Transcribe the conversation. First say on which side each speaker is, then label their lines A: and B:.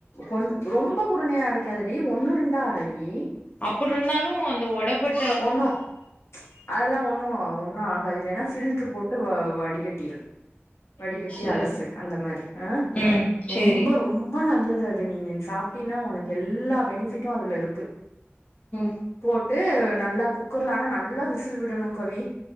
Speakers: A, on the left (about 75°); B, on the left (about 30°).
A: ஒன் ரொம்ப குருணையா அரைக்காதடி ஒண்ணு ரெண்டா அர டி
B: அப்டிருந்தாலு அந்த ஒட பட்
A: ஒன்னு அதெல்லா ஒன்னு ஒன்னு ஆகாது இல்லன்னா பிட்ல்ரு போட்டு வ வடிகட்டிரு வடிக்கட்டி
B: சேரி
A: அலசு அந்த மாரி ஆ
B: ம்
A: ரொம்ப
B: சேரி
A: ரொம்ப நல்லது அது இது நீ நின் சாப்ட்டீனா ஒனக்கு எல்லா பெனிபிட்டு அதுல இருக்கு
B: ம்
A: போட் ட்டு நல்லா குக்கர்லன்னா நல்லா விசில் விடணு கவி